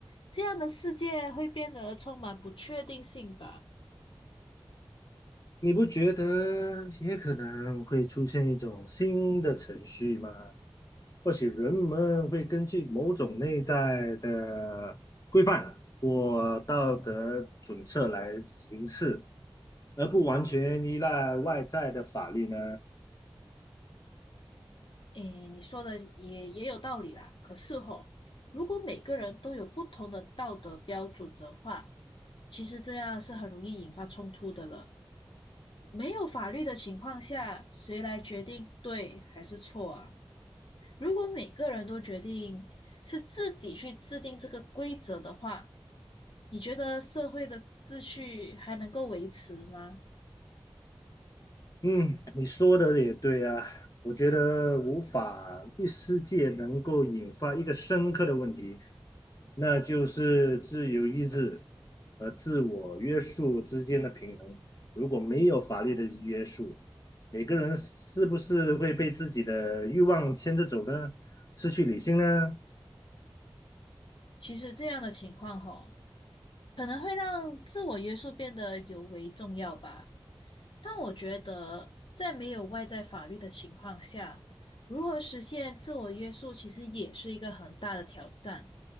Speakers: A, on the left; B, on the left.
A: 这样的世界会变得充满不确定性吧？
B: 你不觉得也可能会出现一种新的程序吗？或许人们会根据某种内在的规范或道德准则来行事，而不完全依赖外在的法律呢？
A: 诶，你说的也也有道理啦。可是吼，如果每个人都有不同的道德标准的话，其实这样是很容易引发冲突的了。没有法律的情况下，谁来决定对还是错啊？如果每个人都决定是自己去制定这个规则的话，你觉得社会的秩序还能够维持吗？
B: 嗯，你说的也对啊，我觉得无法一世界能够引发一个深刻的问题，那就是自由意志和自我约束之间的平衡。如果没有法律的约束，每个人是不是会被自己的欲望牵着走呢？失去理性呢？
A: 其实这样的情况吼，可能会让自我约束变得尤为重要吧。但我觉得，在没有外在法律的情况下，如何实现自我约束，其实也是一个很大的挑战。